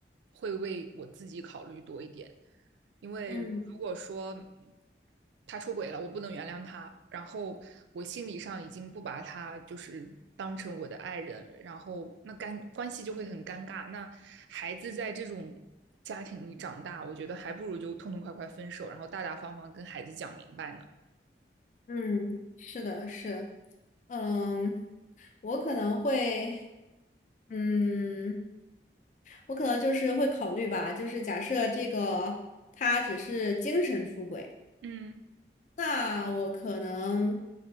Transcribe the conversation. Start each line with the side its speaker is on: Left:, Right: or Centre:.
Right: 会为我自己考虑多一点，因为如果说
Left: 嗯
Right: 他出轨了，我不能原谅他，然后我心理上已经不把他就是当成我的爱人，然后那干关系就会很尴尬。那孩子在这种家庭里长大，我觉得还不如就痛痛快快分手，然后大大方方跟孩子讲明白呢。
Left: 嗯，是的，是，嗯，我可能会，嗯，我可能就是会考虑吧，就是假设这个他只是精神出轨，
Right: 嗯
Left: 那我可能